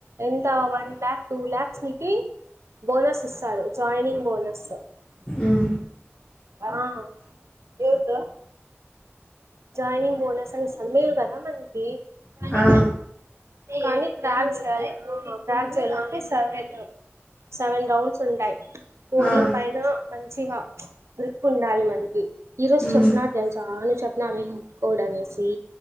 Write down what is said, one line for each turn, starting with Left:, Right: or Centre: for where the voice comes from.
Right: ఎంత వన్ లాక్ టూ లాక్స్ నీ బోనస్ ఇస్తాడు జాయినింగ్ బోనస్
Left: మ్మ్
Right: ఆ హు ఎంత జాయినింగ్ బోనస్ అని మిలకదా మనకినీ
Left: ఆ
Right: కానీ ఫ్రాచేయ ఫ్రాచ సర్వేంటు సెవెన్ రౌండ్స్ ఉంటాయి్ కోడింగ్
Left: ఆ
Right: పైన మంచిగా గ్రిప్పు ఉండాలి మనకి ఈ రోజు
Left: మ్మ్
Right: చెప్న్నారు చానా చెప్ నావి ఉడలసి